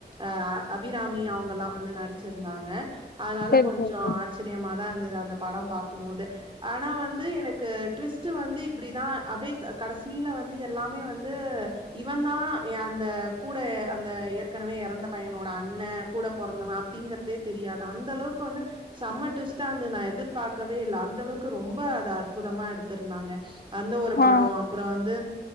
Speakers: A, on the right; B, on the left.
A: அ அபிராமி அவங்கல்லா வந்து நடிச்சிருந்தாங்க அதனால
B: சரி
A: கொஞ்சோ
B: சரி சரி
A: ஆ ச்சரியமாதா இருந்தது அந்த பட பாக்கும்போதே ஆனா வந்து எனக்கு ட்விஸ்ட் வந்து இப்டிதா அப்டியே க கடைசில வந்து எல்லாமே வந்து இவந்தா எ அந்த கூட அந்த ஏற்கனவே எறந்த பையனோட அண்ண கூட பொறந்தவ அப்டிங்கறதே தெரியாது, அந்த அளவுக்கு வந்து செம டுவிஸ்டா இருந்தது நா எதிர்பாக்கவே இல்ல அந்த அளவுக்கு ரொம்ப அது அற்புதமா எடுத்துருந்தாங்க அந்த ஒரு
B: ஆ
A: படோ அப்பறோ வந்து